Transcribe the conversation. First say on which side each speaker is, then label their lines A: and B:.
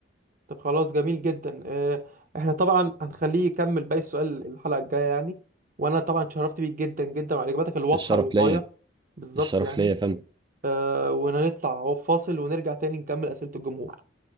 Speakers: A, on the right; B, on the right.
A: طب خلاص جميل جدا آه، احنا طبعا هنخليه يكمل باقي السؤال الحلقة الجاية يعني وانا طبعا اتشرفت بيك جدا جدا وعلى اجاباتك الواضحة
B: الشرف
A: للغاية
B: ليا
A: بالظبط
B: الشرف
A: يعني
B: ليا فاهم
A: آه، وهنطلع هو فاصل ونرجع تاني نكمل أسئلة الجمهور